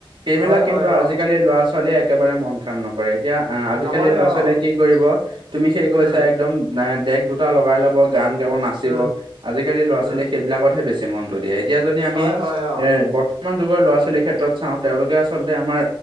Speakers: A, on the right; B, on the right.
A: সেইবিলাক
B: হয়
A: কিন্তু
B: হয় অ
A: আজিকালি ল'ৰা ছোৱালীয়ে একেবাৰে মন কাণ নক কৰে এতিয়া আজিকালি
B: নকৰে
A: ল'ৰা
B: অ
A: ছোৱালীয়ে কি কৰিব তুমি সেই কৈছা
B: উম
A: একদম নাই ডেক দুটা লগাই লব গান গাব নাচিব
B: উম
A: আজিকালি ল'ৰা
B: উম
A: ছোৱালীয়ে সেইবিলাকতহে বেছি মনটো দিয়ে। এতিয়া যদি আমি
B: হয় হয় অ
A: এ বৰ্তমান যুগৰ ল'ৰ ছোৱালীৰ ক্ষেত্ৰত চাওঁ তেওঁলোকে আচলতে আমাৰ